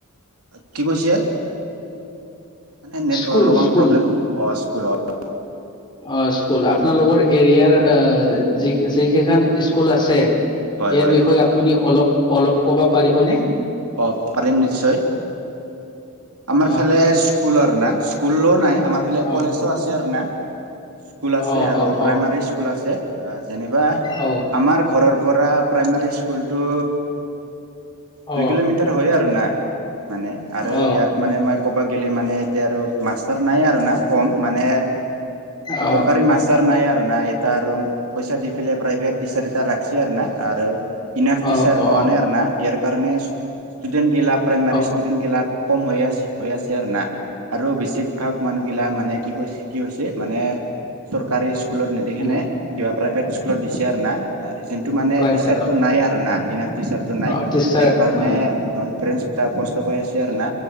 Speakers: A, on the right; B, on the left.
A: কি কৈছে? মানে নেট
B: স্কুল
A: অলপমান
B: স্কুল
A: প্ৰব্লেম অ স্কুলৰ।
B: অ' স্কুল আপোনালোকৰ এৰিয়াৰ যি-যি কেইখন স্কুল আছে। ইয়াৰ
A: হয় হয়
B: বিষয়ে আপুনি অলপ-অলপ ক'বা পাৰিবনে?
A: অঁ পাৰিম নিশ্চয়। আমাৰ
B: অ
A: ফালে স্কুলৰ না স্কুলো নাই আমাৰ ফালে
B: অ
A: কলেজো আছে আৰু না। স্কুল আছে
B: অ
A: আৰু
B: অ
A: প্ৰাইমাৰী
B: অ
A: স্কুল আছে। যেনেকা
B: অ
A: আমাৰ ঘৰৰ পৰা প্ৰাইমোৰী স্কুলটো
B: অ
A: দুই কিলোমিটাৰ হয় আৰু না মানে আৰু
B: অ
A: ইয়াত মানে আমাৰ ক'বা গ'লে মানে এতিয়া আৰু মাষ্টাৰ নাই আৰু না কম মানে
B: অ অ
A: চৰকাৰী মাষ্টাৰ নাই আৰু নাহ এটা ৰুম পইচা দি পেলাই প্ৰাইভেট টিচাৰ এটা ৰাকছি আৰু না আৰু ইনাফ টিচাৰ
B: অ অ
A: পোৱা নাই আৰু না ইয়াৰ কাৰণে ষ্টুডেণ্ট। এগেলা প্ৰাইমাৰী
B: অ অ
A: সষ্টুডেণ্ট এগেলা কম হৈ আছে হৈ আছে আৰু না। আৰু বেছিভাগ মানুহগিলা মানে কি কৈছে কি হৈছে মানে চৰকাৰী স্কুলত নিদিকেনে
B: উম
A: কিবা প্ৰাইভেট স্কুলত দিছে আৰু না যোনটো মানে
B: প্ৰাইভেট
A: টিচাৰটো
B: অ
A: নাই আৰু না। ইনাফ টিচাৰটো নাই
B: অ টিচাৰ
A: ইয়াৰ কাৰণে
B: অ
A: ফ্ৰেণ্ডচ বিলাক কষ্ট পাই আছে আৰু না।